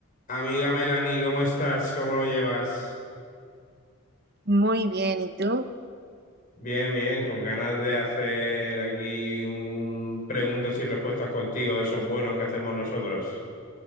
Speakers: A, on the left; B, on the right.
A: Amiga Melanie, ¿cómo estás? ¿Cómo lo llevas?
B: Muy bien, ¿y tú?
A: Bien, bien, con ganas de hacer aquí un preguntas y respuestas contigo de esos buenos que hacemos nosotros.